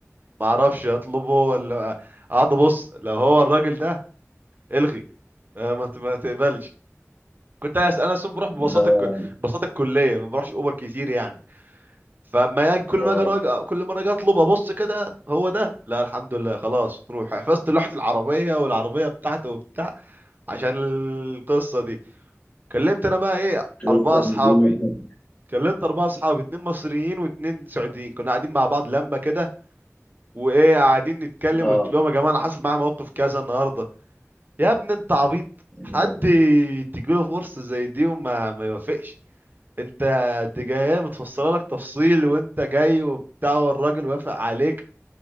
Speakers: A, on the right; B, on the left.
A: ما اعرفش اطلبه ولا اقعد ابص لو هو الراجل ده الغي آه، ما ت- ما تقبلش كنت انا انا اصلا بروح ببساطه
B: اه
A: الك- ببساطه الكليه ما بروحش اوبر كتير يعني فاما اجي كل
B: اه
A: ما اجي أراجع- كل مره اجي اطلب ابص كده هو ده لا الحمد لله خلاص تروح حفظت لوحه العربيه والعربيه بتاعته وبتاع عشان القصه دي كلمت انا بقى ايه
B: قصة
A: اربعه اصحابي
B: حزينة
A: كلمت اربعه اصحابي اتنين مصريين واتنين سعوديين كنا قاعدين مع بعض لما كده وايه قاعدين نتكلم
B: اه
A: قلت لهم يا جماعه انا حصل معايا موقف كذا النهارده يا ابني انت عبيط
B: آه،
A: حد تجيله فرصه زي دي وما ما يوافقش انت دي جايه متفصله لك تفصيل وانت جاي وبتاع والراجل وافق عليك